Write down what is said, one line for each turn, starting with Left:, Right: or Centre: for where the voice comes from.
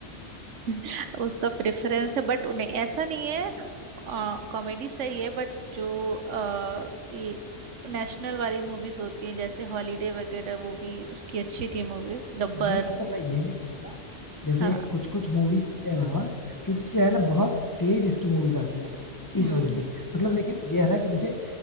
Right: <laughs> उसका प्रेफरेंस है बट उन्हें ऐसा नहीं है कॉमेडी सही है बट जो आ, ये नेशनल वाली मूवीज होती हैं जैसे हॉलीडे वगैरह वो भी उसकी अच्छी थी मूवीज गब्बर
Left: नहीं मतलब मैं ये नहीं कह रहा जैसे
Right: हाँ
Left: कुछ कुछ मूवीज के अलावा क्योंकि क्या है ना बहुत तेज इसकी मूवीज आती हैं
Right: हम्म
Left: इस वजह से मतलब लेकिन ये है ना कि जैसे